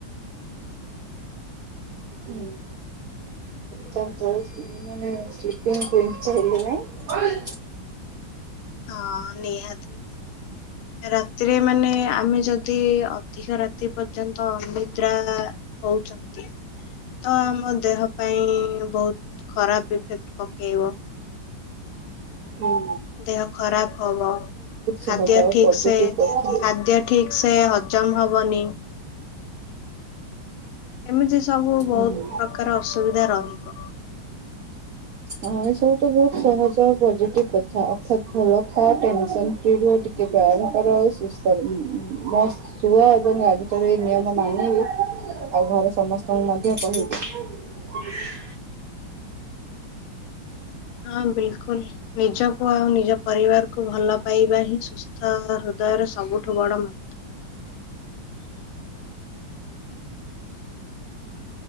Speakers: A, on the right; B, on the left.
A: ହୁଁ। ତା ମାନେ ସ୍ଲିପିଙ୍ଗ କ ଚା ହେଲି ନାହିଁ।
B: ହଁ ନିହାତି। ରାତିରେ ମାନେ ଆମେ ଯଦି ଅଧିକ ରାତି ପର୍ଯ୍ୟନ୍ତ ଅନିଦ୍ରା ହଉଛନ୍ତି। ତ ଆମ ଦେହ ପାଇଁ ବହୁତ ଖରାପ ଇଫେକ୍ଟ ପକେଇବ।
A: ହୁଁ।
B: ଦେହ ଖରାପ ହବ ଖାଦ୍ୟ
A: ସହଜ ଆଉ
B: ଠିକ
A: ପଜିଟିଭ
B: ସେ
A: କଥା।
B: ଖାଦ୍ୟ ଠିକ୍ ସେ ହଜମ ହବନି। ଏମିତି ସବୁ ବହୁତ
A: ହୁଁ।
B: ପ୍ରକାର ଅସୁବିଧା ରହିବ।
A: ହଁ ଏସବୁ ତ ବହୁତ ସହଜ ପଜିଟିଭ କଥା ଅର୍ଥାତ ଭଲ ଖା ଟେନସନ ଫ୍ରିରୁ ଠିକ୍ ଟିକେ ପାଳନ କର ଆଉ ସୁସ୍ଥ ରୁ ହୁଁ। ଶୁଅ ଏବଂ ଆଜି ଠାରୁ ଏଇ ନିୟମ ମାନିବୁ ଆଉ ଘରେ ସମସ୍ତଙ୍କୁ ମଧ୍ୟ କହିବି। <inaudible>
B: ହଁ ବିଲକୁଲ ନିଜକୁ ଆଉ ନିଜ ପରିବାରକୁ ଭଲ ପାଇବା ହିଁ ସୁସ୍ ସୁନ୍ଦର ହୃଦୟରେ ସବୁଠୁ ବଡ ମୁ